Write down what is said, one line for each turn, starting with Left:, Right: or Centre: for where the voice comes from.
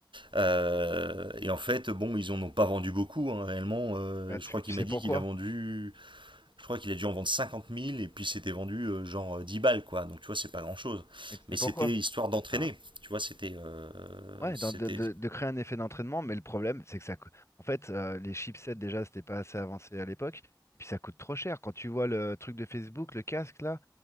Right: Euh, et en fait, bon, ils en ont pas vendu beaucoup, hein, réellement. Euh,
Left: Bah, tu,
Right: je crois
Left: tu
Right: qu'il
Left: sais
Right: m'a dit
Left: pourquoi?
Right: qu'il a vendu je crois qu'il a dû en vendre 50 000 et puis c'était vendu euh, genre euh, 10 balles quoi. Donc tu vois, c'est pas grand chose.
Left: Mais tu sais
Right: Mais
Left: pourquoi?
Right: c'était histoire d'entraîner.
Left: Enfin,
Right: Tu vois, c'était. euh,
Left: Ouais,
Right: c'était.
Left: d'en- de, de, de créer un effet d'entraînement, mais le problème, c'est que ça. co- En fait, euh, les chipsets, déjà, c'était pas assez avancé à l'époque. Et puis, ça coûte trop cher. Quand tu vois le truc de Facebook, le casque, là,